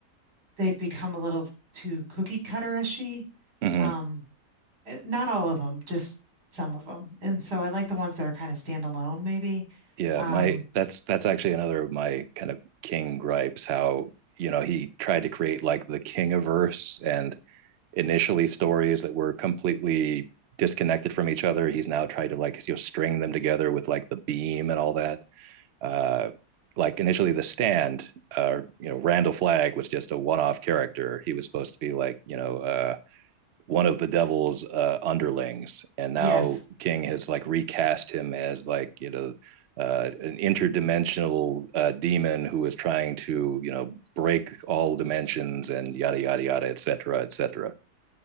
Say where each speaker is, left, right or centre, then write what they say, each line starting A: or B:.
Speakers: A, on the right; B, on the right.
A: they've become a little too cookie cutter-ishy.
B: hmm
A: Um, eh, not all of them, just some of them. And so I like the ones that are kind of standalone, maybe.
B: Yeah,
A: Um,
B: my that's that's actually another of my kind of king gripes how, you know, he tried to create like the king of verse and initially stories that were completely disconnected from each other. He's now tried to like you know string them together with like the beam and all that. Uh like initially the stand, uh, you know, Randall Flagg was just a one-off character. He was supposed to be like, you know, uh one of the devil's uh, underlings, and now
A: yes,
B: King has like recast him as like you know uh, an interdimensional uh, demon who is trying to you know break all dimensions and yada yada yada etc etc.